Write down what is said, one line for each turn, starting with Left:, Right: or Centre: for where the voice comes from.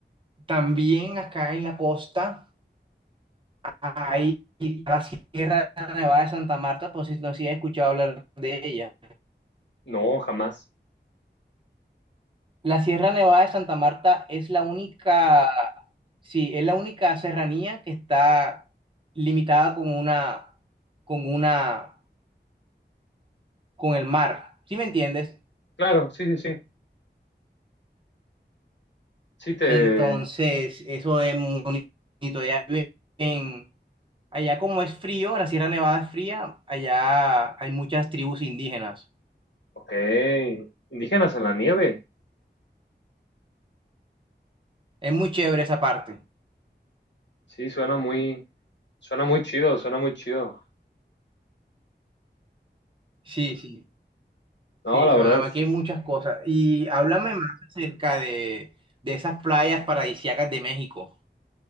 Right: también acá en la costa. Ahí, la Sierra Nevada de Santa Marta, pues si no si has escuchado hablar de ella.
Left: no, jamás.
Right: La Sierra Nevada de Santa Marta es la única, sí, es la única serranía que está limitada con una, con una, con el mar, ¿sí me entiendes?
Left: Claro, sí, sí, sí, sí te,
Right: Entonces, eso es muy bonito. Allá viven- allá como es frío, la Sierra Nevada es fría, allá hay muchas tribus indígenas.
Left: Ok, Indígenas en la nieve.
Right: Es muy chévere esa parte.
Left: Sí, suena muy, suena muy chido, suena muy chido.
Right: Sí, sí.
Left: No,
Right: Sí,
Left: la
Right: sonaba,
Left: verdad,
Right: aquí hay muchas cosas. Y háblame más acerca de, de esas playas paradisíacas de México.